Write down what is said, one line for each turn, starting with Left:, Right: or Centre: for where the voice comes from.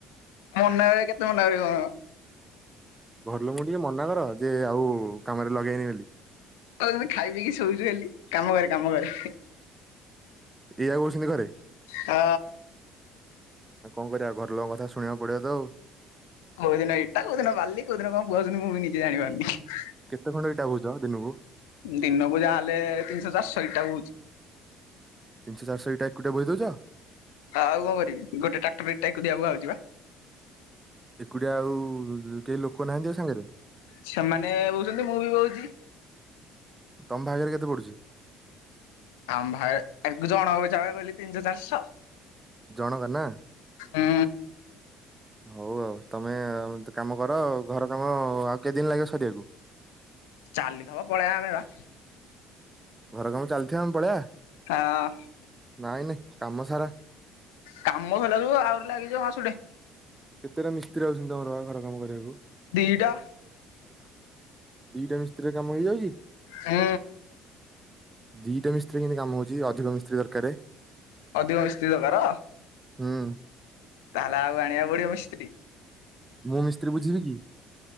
Left: ମନା ଯେ କେତେ ମନା କରିବ।
Right: ଘର ଲୋକଙ୍କୁ ଟିକେ ମନା କର ଯେ ଆଉ କାମରେ ଲଗେଇବେନି ବୋଲି।
Left: କହୁଛନ୍ତି ଖାଇ ପିଇକି ଶୋଉଛୁ ଖାଲି କାମ କରେ କାମ କରେ।
Right: ଏୟା କହୁଛନ୍ତି ଘରେ।
Left: ହଁ।
Right: ଆ କଣ କରିବା ଘରଲୋକଙ୍କ କଥା ଶୁଣକୁ ପଡିବ ତ ଆଉ।
Left: କୋଉ ଦିନ ଇଟା କୋଉ ଦିନ ବାଲି କୋଉ ଦିନ କଣ ବ ମୁଁ ବି ନିଜେ ଜାଣି ପାରୁନି।
Right: କେତେ ଖଣ୍ଡ ଇଟା ବୋହିଚ ଦିନ କୁ।
Left: ଦିନକୁ ଯାହାହେଲେ ତିନିଶହ ଚାରିଶରି ଇଟା ବୋଉଛି।
Right: ତିନିଶହ ଚାରିଶ ଇଟା ଏକୁଟିଆ ବୋହି ଦଉଛନ୍ତି?
Left: ହଁ ଆଉ କଣ କରିବି ଗୋଟେ ଟ୍ରାକ୍ଟର ଇଟା ଏକୁଟିଆ ବୁହାହୋଉଛି ପା।
Right: ଏକୁଟିଆ ଆଉ କେହି ଲୋକ ନାହାଁନ୍ତି ଆଉ ସାଙ୍ଗରେ?
Left: ସେମାନେ ବୋହୁଛନ୍ତି ମୁଁ ବି ବୋହୁଛି।
Right: ତମ ଭାଗରେ କେତେ ପଡୁଚି?
Left: ଆମ୍ ଭାଏ ଏକ ଜଣ କୁ ଯାଏ ବୋଲି ତିନଶ ଚାରଶ
Right: ଜଣଙ୍କ ନା
Left: ହୁଁ।
Right: ହଉ ଆଉ ତମେ କାମ କର ଆଉ ଘର କାମ ଆଉ କେଦିନ ଲାଗିବ ସରିବାକୁ?
Left: ଚାଲିଥବ ପଲେଇବା ଆମେ ବା।
Right: ଘର କାମ ଚାଲଥିବା ଆମେ ପଳେଇଆ।
Left: ଆ
Right: ନାଇଁ ନାଇଁ କାମ ସାରା
Left: କାମ ସଇଲା ଯୋଗୁ ଆହୁରି ଲାଗିଯିବ ମାସଟେ।
Right: କେତେଟା ମିସ୍ତ୍ରୀ ଅଛନ୍ତି ତମର ବା ଘର କାମ କରିବାକୁ
Left: ଦିଟା
Right: ଦିଟା ମିସ୍ତ୍ରୀରେ କାମ ହେଇଯାଉଚି
Left: ହୁଁ।
Right: ଦିଟା ମିସ୍ତ୍ରୀ କେମତି କାମ ହଉଚି ଅଧିକ ମିସ୍ତ୍ରୀ ଦରକାରେ।
Left: ଅଧିକ ମିସ୍ତ୍ରୀ ଦକାର।
Right: ହୁଁ।
Left: ତାହେଲେ ଆଉ ଆଣିଆକୁ ପଡିବ ମିସ୍ତ୍ରୀ
Right: ମୁଁ ମିସ୍ତ୍ରୀ ବୁଝିବି କି?